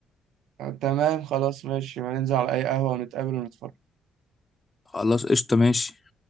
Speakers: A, on the right; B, on the left.
A: آه، تمام خلاص ماشي يبقى ننزل على اي قهوة ونتقابل ونتفرج
B: خلاص قشطه ماشي